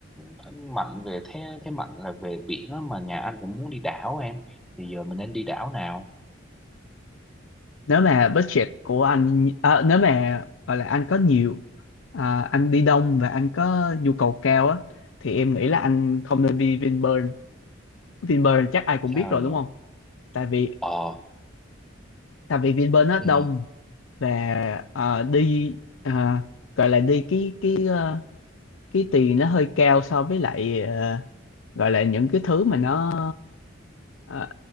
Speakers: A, in the centre; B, on the left.
A: anh mạnh về thế thế mạnh là về biển á, mà nhà anh cũng muốn đi đảo em thì giờ mình nên đi đảo nào
B: nếu mà budget của anh à, nếu mà gọi là anh có nhiều à, anh đi đông và anh có nhu cầu cao á thì em nghĩ là anh không nên đi Vinpearl Vinpearl chắc ai cũng
A: sao
B: biết rồi
A: vậy
B: đúng không tại vì
A: ờ
B: tại vì Vinpearl nó
A: ừ
B: đông và à, đi à, gọi là đi cái cái à, cái tiền nó hơi cao so với lại ờ, gọi là những cái thứ mà nó ờ,